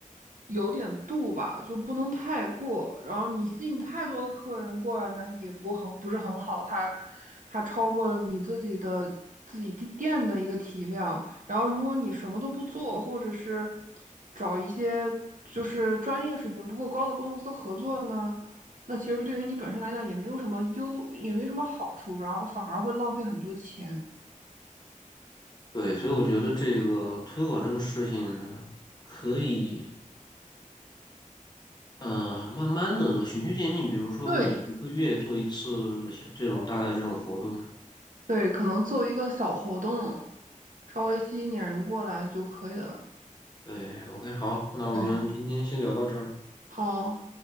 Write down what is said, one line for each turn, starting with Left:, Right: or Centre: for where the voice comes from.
Right: 有点度吧，就不能太过。然后你吸引太多的客人过来呢，也不很不是很好，它它超过了你自己的自己地店的一个体量。然后如果你什么都不做，或者是找一些就是专业水平不够高的公司合作呢，那其实对于你本身来讲也没有什么优，也没什么好处，然后反而会浪费很多钱。
Left: 对，所以我觉得这个推广这个事情呢，可以。嗯，慢慢的做，循序渐进。比如说，
Right: 对，
Left: 你一个月做一次小这种大概这种活动。
Right: 对，可能做一个小活动，稍微吸引点人过来就可以了。
Left: 对，OK，好，那我们今天先聊到这儿。
Right: 对，好，